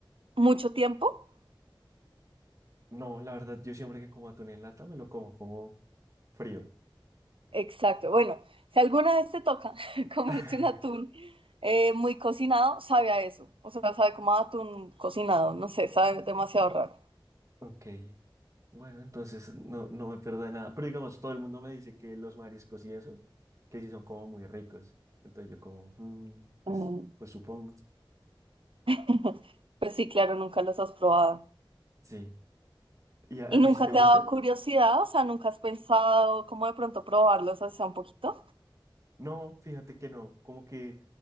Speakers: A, on the right; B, on the right.
A: mucho tiempo?
B: No, la verdad, yo siempre que como atún en lata me lo como como frío.
A: Exacto. Bueno, si alguna vez te toca <laughs> comerte
B: <laughs>
A: un atún eh, muy cocinado, sabe a eso. O sea, sabe como a atún cocinado. No sé, sabe demasiado raro.
B: Ok. Bueno, entonces no, no me pierdo de nada. Pero digamos, todo el mundo me dice que los mariscos y eso, que sí son como muy ricos. Entonces yo como, "Mm, pues,
A: Mm.
B: pues supongo.
A: <laughs> Pues sí, claro, nunca los has probado.
B: Sí. ¿Y a,
A: ¿Y
B: a
A: nunca
B: ti sí te
A: te
B: gusta?
A: ha dado curiosidad? O sea, ¿nunca has pensado cómo de pronto probarlos así sea un poquito?
B: No, fíjate que no. Como que